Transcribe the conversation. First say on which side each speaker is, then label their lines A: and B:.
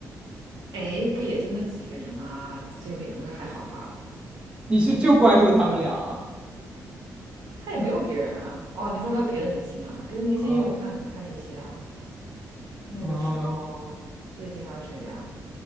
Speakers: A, on the right (about 80°); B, on the right (about 15°).
A: 哎，不也就那几个人啊，就两个还好吧？
B: 你是就关注他们俩啊？
A: 他也没有别人啊。哦，你说还有别的明星啊？别的明星也有看看一些啊。
B: 哦
A: 那个什么，
B: 啊
A: 最近还有谁啊？